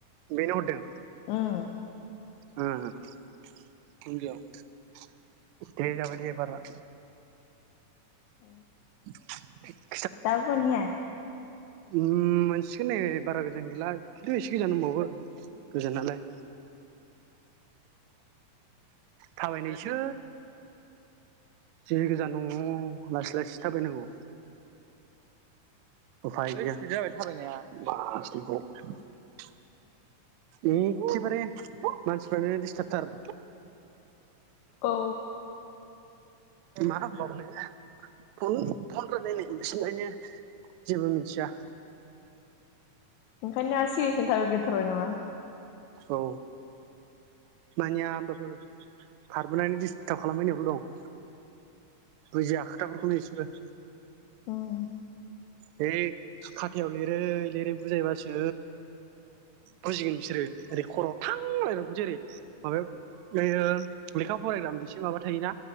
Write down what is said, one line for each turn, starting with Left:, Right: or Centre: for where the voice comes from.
Right: बेनो हरदों
Left: ओम
Right: ओम दे जाबाय दे एबारना
Left: औ
Right: <inaudible>
Left: दाबो मोनहैआ?
Right: ओम मोनसिगोन नै बारा गोजान गैला खिन्थु एसे गोजान दबावो गोजोनालाय थाबायनायसो जि गोजान न' लासै लासै थाबायनांगौ उफाय गैया थाबायनाया <unintelligible> एखेबारे मानसिफ्रानो दिसथाबथार
Left: औ।
Right: मा होनबावनो फ फन रायलायनाय <unintelligible> जेबो मिथिया
Left: ओंखायनो सिगां <unintelligible> नामा
Right: औ मानिया होमबाबो बारबोनानै दिस्थाब खालाम बायनायावनो दं बुजिया खोथाफोरखौनो इसेबो
Left: उम
Right: है खाथायाव लिरै लिरै बुजायबासो बुजिगोन बिसोरो ओरै खर'आव थां <unintelligible> माबायाव लेखा फरायग्रा मोनसे माबा थायोना